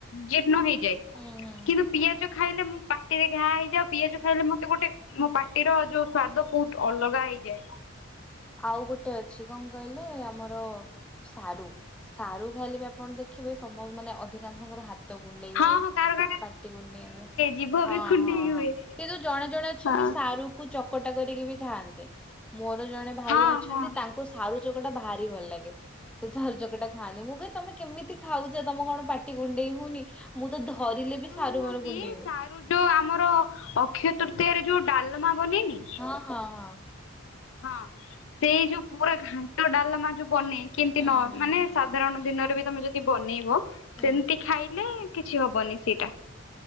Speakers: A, on the left (about 65°); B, in the centre.
A: ଜିର୍ଣ୍ଣ ହେଇଯାଏ।
B: ହୁଁ ହୁଁ
A: କିନ୍ତୁ
B: ହୁଁ।
A: ପିଆଜ ଖାଇଲେ ମୁଁ ପା ଟିରେ ଘା ହେଇଯାଏ ଆଉ ପିଆଜ ଖାଇଲେ ମତେ ଗୋଟେ ମୋ ପାଟିର ଯୋଉ ସ୍ଵାଦ ବହୁତ ଅଲଗା ହେଇଯାଏ।
B: ଆଉ ଗୋଟେ ଅଛି କଣ କହିଲେ ଆମର ସାରୁ ସାରୁ ଖାଇଲେ ବି ଆପଣ ଦେଖିବେ ସମ ମାନେ ଅଧିକାଂଶଙ୍କର ହା ତ କୁଣ୍ଡେଇ
A: ହଁ
B: ହୁଏ
A: ହଁ କାର କାର
B: ପାଟି କୁଣ୍ଡେଇ ହୁଏ
A: ଜିଭ
B: ହଁ-ହଁ-ହଁ-କିନ୍ତୁ
A: ବି କୁଣ୍ଡେଇ ହୁଏ
B: ଜଣେ ଜଣେ ଛନ୍ତି
A: ହଁ।
B: ସାରୁକୁ ଚକଟା କରିକି ବି ଖାଆନ୍ତି ମୋର ଜଣେ ଭାଇ
A: ହଁ
B: ଅଛନ୍ତି
A: ହଁ
B: ତାଙ୍କୁ ସାରୁ ଚକଟା ଭାରି ଭଲ ଲାଗେ। ସେ ଝାରୁ ଚକଟା ଖାଆନ୍ତି ମୁଁ କହେ ତମେ କେମିତି ଖାଉଚ ତମ କଣ ପାଟି କୁଣ୍ଡେଇ ହଉନି? ମୁଁ ତ ଧରିଲେ ବି ସାରୁ
A: ନୁହଁ
B: ମୋର
A: କି
B: କୁଣ୍ଡେଇ ହୁଏ।
A: ସାରୁ ଯୋଉ ଆମର ଅକ୍ଷୟ ତୃତୀୟାରେ ଯୋଉ ଡାଲମା ବନେଇନି?
B: ହଁ-ହଁ-ହଁ।
A: ହଁ ସେଇ ଯୋଉ ପୁରା ଘାଣ୍ଟ ଡାଲମା ଯୋଉ ବନେଇ କେନ୍ତି
B: ହଁ
A: ନ
B: ହୁଁ
A: ମାନେ
B: ହୁଁ
A: ସାଧାରଣ ଦିନରେ ବି ତମେ ଯଦି ବନେଇବ
B: ହୁଁ
A: ସେମିତି
B: ହୁଁ।
A: ଖାଇଲେ କିଛି ହବନି ସେଇଟା।